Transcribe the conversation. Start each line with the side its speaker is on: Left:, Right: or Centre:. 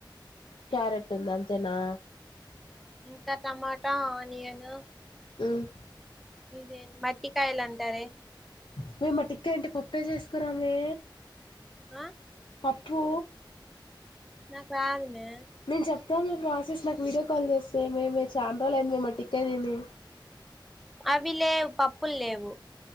Left: క్యారెట్ ఉంది అంతేనా?
Centre: ఇంకా టమాటా, ఆనియన్
Left: హ్మ్!
Centre: ఇదే మట్టి కాయలు అంటారే
Left: మ్మే, మట్టికాయ అంటే పప్పే చేసుకురామ్మే?
Centre: ఆ
Left: పప్పు
Centre: నాకు రాదుమ్మే.
Left: మేము చెప్ మీ ప్రాసెస్ నాకు వీడియో కాల్ చేస్తే ఏమి? ఏమి? మేము చాలా రోజులైంది మీ మొట్టికాయ తిని.
Centre: అవి లేవు పప్పులు లేవు.